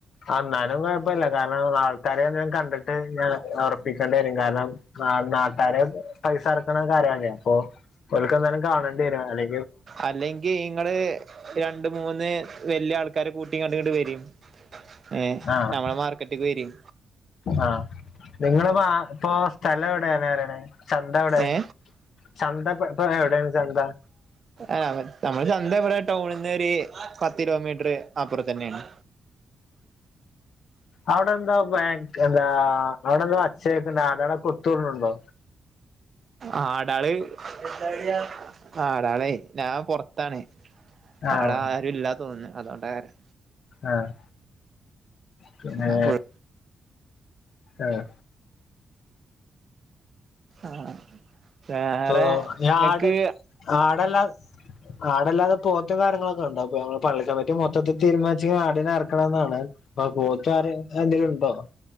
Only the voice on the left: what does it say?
അന്നാലും കെഴപ്പമില്ല കാരണം ആൾക്കാരെ എന്തിലും കണ്ടിട്ട് ഞാൻ ഒറപ്പിക്കേണ്ടി വരും കാരണം ആഹ് നാട്ടാര് പൈസ എറക്കണ കാര്യയില്ലേ അപ്പൊ ഓൽക്ക് എന്താലും കാണേണ്ടിവരും അല്ലേ
ആഹ്
ആഹ് നിങ്ങളപ്പോ ആഹ് ഇപ്പൊ സ്ഥലം എവിടെ പറയണേ ചന്ത എവിടെ
ചന്ത ഇപ്പെ എവിടെയാണ് ചന്ത
അവിടെന്താ ബാങ്ക് എന്താ അവിടെന്താ അച്ചേക്കുന്നേ <unintelligible> കൊത്തൂറിനുണ്ടോ
ആഹ്
ആഹ് പിന്നെ
ആഹ്
ഇപ്പൊ ഈ
ആട് ആടല്ലാ ആടല്ലാതെ പോത്തും കാര്യങ്ങളൊക്കെ ഉണ്ടാവ അപ്പൊ ഞങ്ങള് പള്ളിക്കാൻ പറ്റി മൊത്തത്തിൽ തീരുമാനിച്ച ആടിനെ അറക്കണ എന്നാണ് ആഹ് പോത്തരെ എന്തേലും ഉണ്ടോ